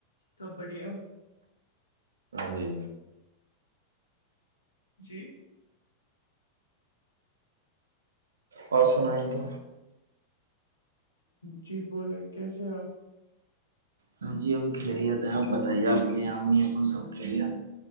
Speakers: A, on the left (about 75°); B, on the right (about 70°).
A: سب بڑھیا
B: جی
A: جی
B: بس نہیںائ تو
A: جی بولیں کیسے ہیں آپ
B: ہاں جی ہم کھیلے تھے آپ بتائیے آپ کے یہ ہم نے اپ کو سب کھیلیا